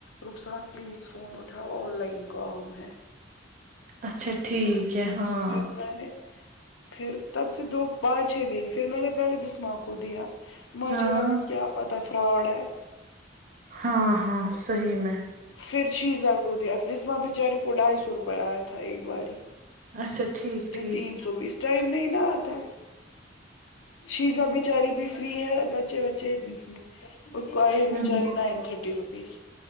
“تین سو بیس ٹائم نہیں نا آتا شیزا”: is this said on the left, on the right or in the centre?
Left